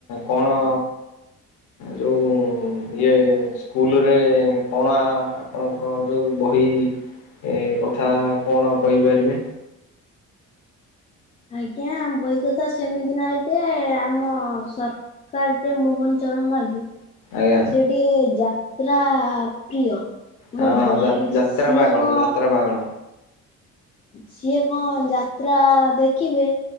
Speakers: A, on the left; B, on the left.
A: କଣ? ଯୋଉ ଇଏ ସ୍କୁଲରେ କଣ ଆପଣଙ୍କର ଯଉ ବହି। ଏ କଥା କଣ କହିପାରିବେ?
B: ଆଜ୍ଞା ବହି କଥା ସେମିତି ନାହିଁ ଯେ ଆମ ସ କାର ଯେ ମୋହନ ଚରଣ ମାଝି।
A: ଆଜ୍ଞା।
B: ସିଏ ଯାତ୍ରା ପ୍ରିୟ
A: ହଁ
B: ମୋ ବହି
A: ଯା ଯାତ୍ରା
B: ସିଏ
A: ପାଗଳ
B: କ।
A: ଯାତ୍ରା ପାଗଳ।
B: ସିଏ କଣ ଯାତ୍ରା ଦେଖିବେ।